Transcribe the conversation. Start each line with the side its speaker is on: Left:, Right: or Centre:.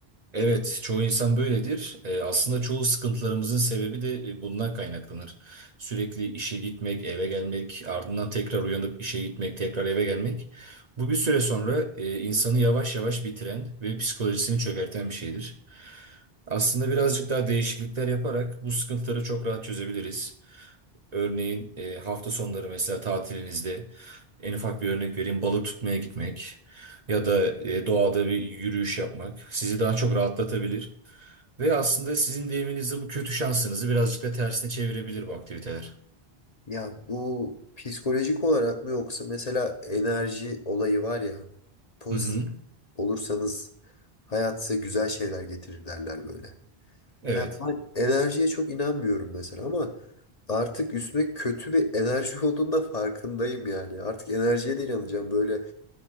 Right: Evet, çoğu insan böyledir. Eee, aslında çoğu sıkıntılarımızın sebebi de e, bundan kaynaklanır. Sürekli işe gitmek, eve gelmek, ardından tekrar uyanıp işe gitmek, tekrar eve gelmek. Bu bir süre sonra e, insanı yavaş yavaş bitiren ve psikolojisini çökerten bir şeydir. Aslında birazcık daha değişiklikler yaparak bu sıkıntıları çok rahat çözebiliriz. Örneğin e, hafta sonları mesela tatilinizde en ufak bir örnek vereyim balık tutmaya gitmek ya da e, doğada bir yürüyüş yapmak sizi daha çok rahatlatabilir ve aslında sizin deyiminizde bu kötü şansınızı birazcık da tersine çevirebilir bu aktiviteler.
Left: Ya bu psikolojik olarak mı yoksa mesela enerji olayı var ya pozitif
Right: Hı hı.
Left: olursanız hayat size güzel şeyler getirir derler böyle.
Right: Evet.
Left: Ya ben enerjiye çok inanmıyorum mesela ama artık üstüme kötü bir enerji <laughs> olduğunda farkındayım yani. Artık enerjiye de inanacağım böyle